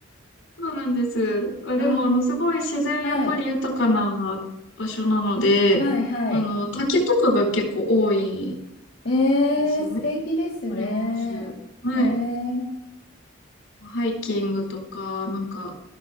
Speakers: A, on the left; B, on the left.
A: うなんです。あでも、
B: あ
A: あの、すごい自然、
B: あ、
A: やっぱり豊かな場所なので、
B: はい。はい、はい。
A: あの、滝とかが結構多い
B: えー、
A: ですよね。
B: 素敵ですね。
A: オレゴン州。はい。
B: えー、
A: ハイキングとか、なんか、